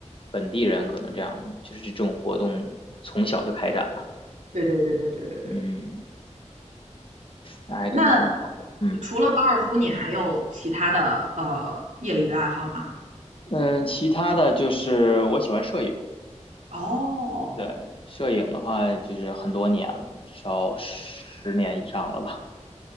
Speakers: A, on the left; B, on the right.
A: 本地人，可能这样就是这种活动从小就开展了。
B: 对对对对对对对。
A: 嗯，那还真挺好的。
B: 那
A: 嗯
B: 除了高尔夫，你还有其他的呃业余爱好吗？
A: 嗯，其他的就是我喜欢摄影，
B: 哦，
A: 对，摄影的话就是很多年了，至少十年以上了吧。